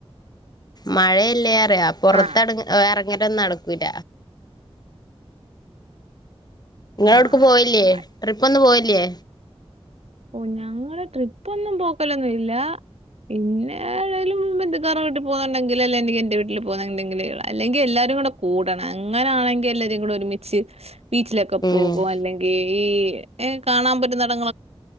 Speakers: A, on the left; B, on the right.
A: മഴയല്ലിയോ യാ പെറത്ത
B: ആഹ്
A: ടെങ്ങി ഇറങ്ങിട്ടെന്നു നടക്കൂല. നിങ്ങ അവിടക്ക്
B: ആഹ്
A: പോയില്ലേ? ട്രിപ്പ് ഒന്നും പോയി ല്ലേ?
B: ഓ ഞങ്ങള് ട്രിപ്പ് ഒന്നും പോക്കലൊന്നും ഇല്ല. പിന്നെ ഏതേലും ബന്ധുക്കാരുടെ വീ പോവാെങ്കിൽ അല്ലെ എനിക്ക് എന്റെ വീട്ടിലും പോ എന്തെങ്കില് അല്ലെങ്കിൽ എല്ലാരും കൂടെ കൂടണം അങ്ങനൊണെങ്കിൽ എല്ലാരും കൂടെ ഒരുമിച്ച് ബീച്ചിലൊക്കെ
A: ഉം
B: പോകും. അല്ലെങ്കി ഈ ഏ കാണാൻ പറ്റന്നിടം